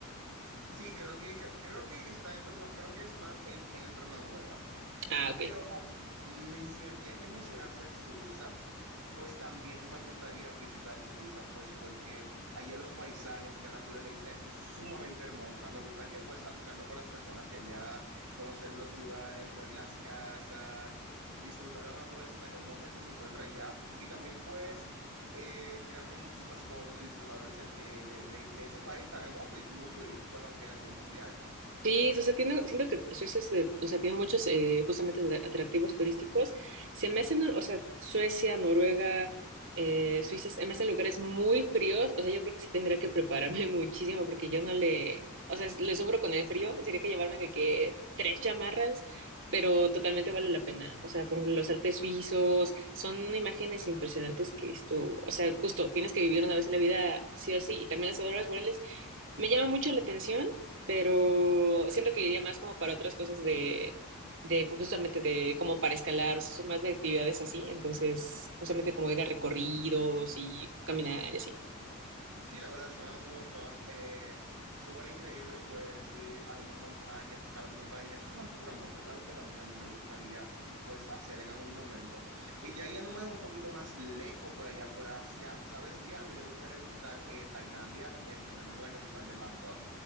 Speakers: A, on the right (about 85°); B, on the right (about 60°).
A: Sí, creo que, creo que está dentro, no- creo que es más en, entre Noruega.
B: Ah, ok.
A: Pero a- mencio- ya que mencionaste Suiza, pues también me gustaría visitar Suiza, pues porque allá los paisajes, la naturaleza es sumamente hermosa. Me gustaría pues asociarme con las personas que allá, conocer los lugares, ver las casas, disfrutar de la naturaleza tan hermosa que se encuentra allá y también pues eh, tirarme muchísimas fotos y disfrutar de ese, de de- de- de ese país tan hermoso y muy turístico también a nivel mundial.
B: Sí, o sea, tiene, siento que Suecia es de- o sea, tiene muchos eh, justamente de- atractivos turísticos. Se me hacen, o sea, Suecia, Noruega, eh, Suiza, se me hacen lugares muy fríos. O sea, yo creo que sí tendría que prepararme <laughs> muchísimo porque yo no le, o sea, le sufro con el frío. Tendría que llevarme de que tres chamarras, pero totalmente vale la pena. O sea, por ejemplo, los Alpes suizos son imágenes impresionantes que es tú, o sea, justo tienes que vivir una vez en la vida sí o sí. Y también las auroras boreales me llama mucho la atención pero siento que iría más como para otras cosas de, de pues, justamente de como para escalar, o sea, soy más de actividades así, entonces justamente como ir a recorridos y caminar y así.
A: Sí, la verdad suena muy, suena, eh, súper increíble, pues ir a unas montañas, escalar montañas, eso suena súper hermoso, es algo que también a mí me gustaría pues hacer en algún momento. Y ya yéndome un poquito más lejos por allá, por Asia, ¿sabes qué? A mí me gustaría visitar eh, Tailandia, la- especialmente la capital de Bangkok.